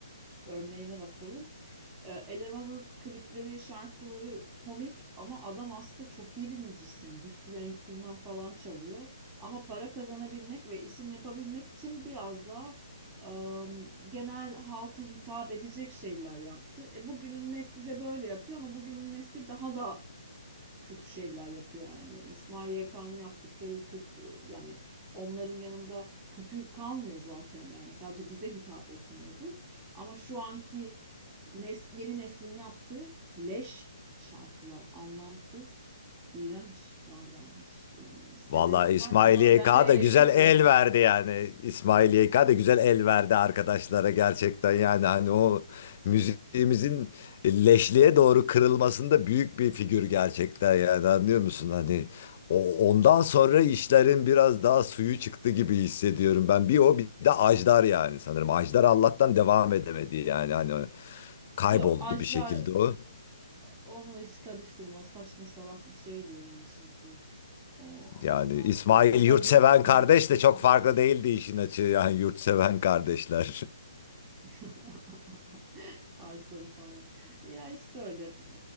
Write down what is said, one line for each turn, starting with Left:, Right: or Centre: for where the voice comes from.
Right: örneğine bakalım. E, elemanın klipleri, şarkıları komik ama adam aslında çok iyi bir müzisyen. Bir sürü enstrüman falan çalıyor. Ama para kazanabilmek ve isim yapabilmek için biraz daha e, genel halka hitap edecek şeyler yaptı. E, bugünün nesli de böyle yapıyor ama bugünün nesli daha da kötü şeyler yapıyor yani. İsmail Yakan'ın yaptıkları kötü yani onların yanında kötü kalmıyor zaten yani sadece bize hitap etmiyordu. Ama şu anki nes yeni neslin yaptığı leş şarkılar anlamsız, iğrenç vallahi hiç, e, seveni
Left: Vallahi İsmail
Right: var ama
Left: Y
Right: ben
Left: K
Right: de eleştiririm.
Left: da güzel el verdi yani. İsmail Y K da güzel el verdi arkadaşlara gerçekten yani hani o müziğimizin leşliğe doğru kırılmasında büyük bir figür gerçekten yani anlıyor musun hani o,
Right: <laughs>
Left: ondan sonra işlerin biraz daha suyu çıktı gibi hissediyorum ben bir o bir de Ajdar yani sanırım Ajdar Allah'tan devam edemedi yani hani kayboldu
Right: Yok, Ajdar
Left: bir şekilde o.
Right: onu hiç karıştırma. O saçma salak bir şeydi yani şimdi. O
Left: Yani
Right: anlamsız
Left: İsmail
Right: magazin
Left: yurtseven
Right: olmak
Left: kardeş
Right: istiyor.
Left: de çok farklı değildi işin açığı yani yurtseven kardeşler.
Right: <laughs> tarzları falan. Ya işte öyle.